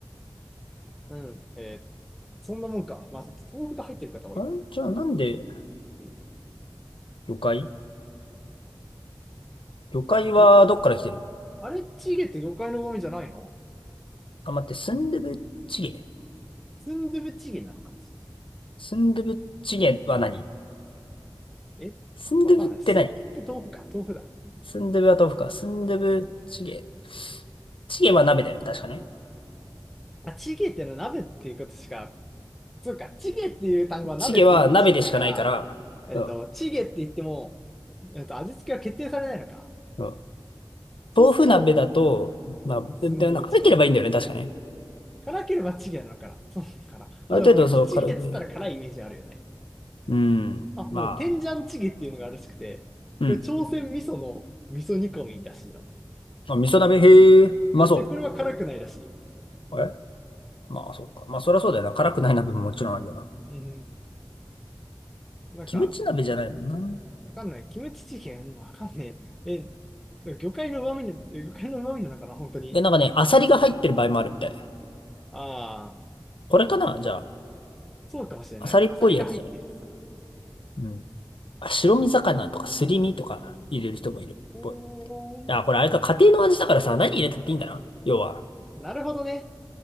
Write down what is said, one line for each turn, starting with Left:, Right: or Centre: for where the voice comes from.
Centre: うん。うん、えーそんなもんか。まあ、豆腐が入ってる方多いよね。
Left: あんじゃあなんで
Centre: うん。
Left: 魚介魚介はどっから来てる
Centre: 魚介、あれ、チゲって魚介の旨味じゃないの
Left: あ、待って、スンドゥブチゲ。
Centre: スンドゥブチゲなのかもし
Left: スンドゥブチゲは何
Centre: れない。えわかんない。
Left: スンドゥブって何
Centre: スンドゥブって豆腐か。豆腐だ。
Left: スンドゥブは豆腐か。スンドゥブチゲ。チゲは鍋だよね、確かね。
Centre: あ、チゲってのは鍋っていうことしか、そうか、チゲっていう単語は鍋っていう意味しかないから、
Left: チゲは鍋でしかないから、
Centre: えっと、
Left: うん。
Centre: チゲって言っても、えっと、味付けは決定されないのか。
Left: うん
Centre: そうすると、
Left: 豆腐鍋だと、まあ、
Centre: スンドゥブチゲになる。
Left: で、で、なんか辛ければいいんだよね、確かね。
Centre: 辛ければチゲなのかな。そうなのかな。
Left: ある程度、
Centre: まあでもなんか、
Left: そう、
Centre: チゲっつったら辛いイメージあるよね。
Left: 辛く、うん、
Centre: あ、
Left: まあ、
Centre: でも、天ジャンチゲっていうのがあるらしくて、
Left: うん。
Centre: これ、朝鮮味噌の味噌煮込みらしいの。
Left: まあ、味噌鍋、へえ、うまそ
Centre: で、これは辛くないらしいよ。
Left: う。えまあ、そっか。まあ、そりゃそうだよな。辛くない鍋ももちろんあるよな。
Centre: うん。なんか、
Left: キムチ鍋じゃないもんな。
Centre: わかんない。キムチチゲンわかんねえ。え、魚介の旨味の、魚介の旨味なのかな、本当に。
Left: いや、なんかね、アサリが入ってる場合もあるみたい。
Centre: ああ、
Left: これかなじゃあ、
Centre: そうかもしれない。
Left: アサリっぽいやつじゃない。
Centre: アサリが入ってるやつだな。
Left: うん。あ、白身魚とかすり身とか入れる人もいるっぽい。
Centre: ああ、ほーん。
Left: あ、これあれか、家庭の味だからさ、何入れたっていいんだな。要は。
Centre: なるほどね。